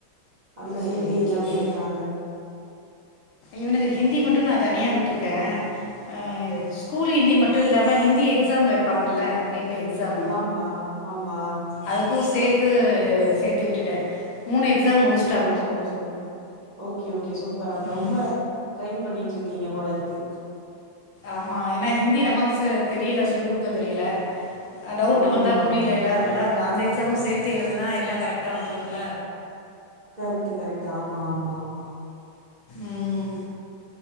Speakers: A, on the right; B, on the left.
A: அங்க
B: சரி
A: ஹிந்தி எல்லாமே
B: சரி
A: எடுக்குறாங்க
B: இவனுக்கு ஹிந்தி மட்டும் நா தனியா விட்டருக்கே ஆ ஸ்கூல் ஹிந்தி மட்டும் இல்லாம ஹிந்தி எக்ஸாம் வெப் ப்பாங்கல்ல எட்டு எக்ஸாம்
A: ஆமா ஆமா
B: அதுக்கும் சேத்து சேத்து விட்டுட்டே மூணு எக்ஸாம் முடிச்சு
A: ஓ super super okay okay super அப்ப
B: ம்
A: ரொம்ப ட்ரெயின் பண்ணிட்டு இருக்கீங்க போல இருக்கு
B: ஆமா ஏன்னா ஹிந்தி நமக்கு தெரியல சொல்லி் குடுக்க தெரியல டவுட்டு
A: ஆமா
B: வந்தா புரியலேல அதனால அந்த எக்ஸாமும் சேத்து எழுதுனா எல்லா கரெக்டா வந்துருல்ல
A: கரெக்ட் கரெக்ட் ஆமா ஆமா ஆமா
B: ம்